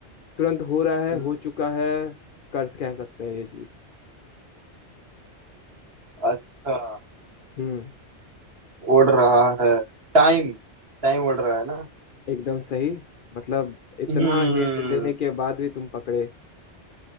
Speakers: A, on the left (about 60°); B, on the right (about 60°).
A: तुरंत हो रहा है
B: हम्म।
A: हो चुका है कर्ज कह सकते हैं ये चीज
B: अच्छा
A: हम्म
B: उड़ रहा है टाइम टाइम उड़ रहा है ना
A: एकदम सही मतलब इतना
B: हम्म
A: हिंट देने के बाद भी तुम पकड़े